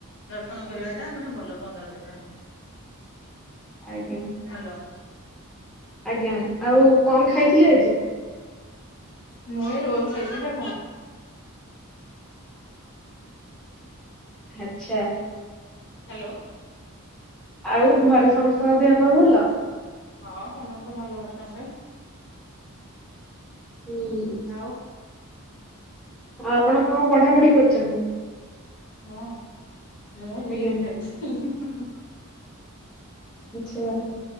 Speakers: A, on the left (about 55°); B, in the centre.
A: ଦର୍ଶନ
B: ଆଜ୍ଞା
A: କରିବାଟା ମାନେ ଭଲ ପନ୍ଦର ଦିନ
B: ଆଜ୍ଞା।
A: ହ୍ୟାଲୋ।
B: ଆଜ୍ଞା ଆଉ କଣ ଖାଇଥିଲି ଆଜି?
A: ମୁଁ ଏଇ ରୋଲ ଖାଇଥିଲି।
B: ଆଛା।
A: ହ୍ୟାଲୋ।
B: ଆଉ
A: ହ୍ୟାଲୋ
B: ଘରେ ସମସ୍ତଙ୍କ ଦେହ ପା ଭଲ।
A: ହଁ ସମସ୍ତେ ଭଲ ଅଛନ୍ତି।
B: ହୁଁ।
A: ଆଉ
B: ଆଉ ଆପଣ କଣ ପଢାପଢି କରୁଛନ୍ତି?
A: ହଁ ମୁଁ
B: ଆଜ୍ଞା
A: ବି ଥିଲ <unintelligible>
B: ଆଚ୍ଛା।
A: ହଁ